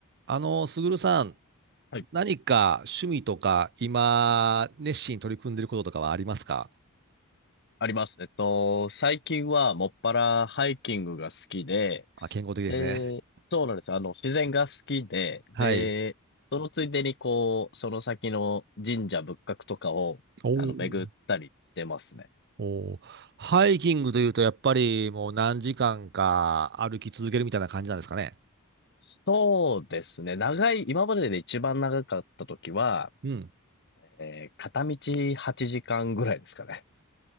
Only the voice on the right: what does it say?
あの、すぐるさん、
何か趣味とか、今、熱心に取り組んでることとかはありますか
あ、健康的ですね。
<laughs> はい。
おー
おー、ハイキングというと、やっぱりもう何時間か歩き続けるみたいな感じなんですかね。
うん。